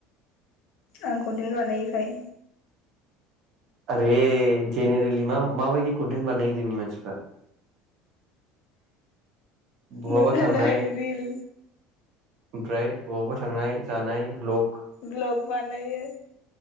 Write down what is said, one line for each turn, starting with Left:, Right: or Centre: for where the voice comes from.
Left: आं खनथेन बानायोखाय।
Right: आरे जेनेरेलि मा-माबायदि कन्टेन्ट बानायो जोंनि मानसिफ्रा। बहाबा
Left: मोसानाय
Right: थांनाय
Left: रिल।
Right: ओमफ्राय बबावबा थांनाय जानाय लक
Left: ब्लग बानायो।